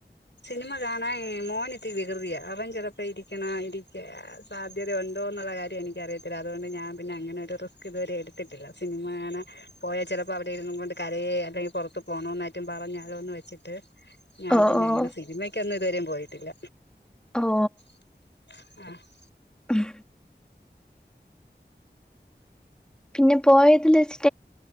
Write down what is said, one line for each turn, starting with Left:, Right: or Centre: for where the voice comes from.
Left: സിനിമ കാണാൻ മോനിത്തിരി വികൃതിയ. അവൻ ചിലപ്പോ ഇരിക്കണ ഇരിക്ക സാധ്യതയുണ്ടോ എന്നുള്ള കാര്യം എനിക്കറിയത്തില്ല. അതുകൊണ്ട് ഞാൻ പിന്നെ അങ്ങനെ ഒരു റിസ്ക് ഇതുവരെ എടുത്തിട്ടില്ല. സിനിമ കാണാൻ പോയാൽ ചിലപ്പോ അവിടെ ഇരുന്നും കൊണ്ട് കരയെ അല്ലെങ്കിൽ പുറത്തു പോണോന്നറ്റം പറഞ്ഞാലോന്ന് വെച്ചിട്ട് ഞാൻ
Centre: ഓഹ്
Left: പിന്നെ
Centre: ഓഹ്
Left: അങ്ങനെ സിനിമയ്ക്കൊന്നും ഇതുവരെയും പോയിട്ടില്ല.
Centre: ഓഹൊ
Left: <unintelligible>
Centre: ഉം.. പിന്നെ പോയതില് വെച്ച്